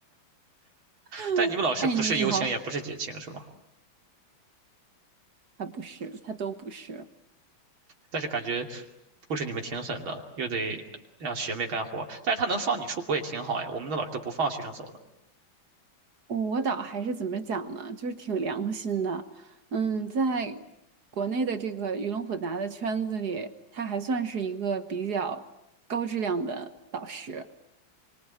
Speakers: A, on the right; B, on the right.
A: <laughs>
B: 但你们老师不是优请，
A: 哎，你好，
B: 也不是解请，是吗？
A: 他不是，他都不是。
B: 但是感觉不是你们挺狠的，又得让学妹干活。但是他能放你出国也挺好呀，我们的老师都不放学生走的。
A: 我导还是怎么讲呢？就是挺良心的。嗯，在国内的这个鱼龙混杂的圈子里，他还算是一个比较高质量的导师。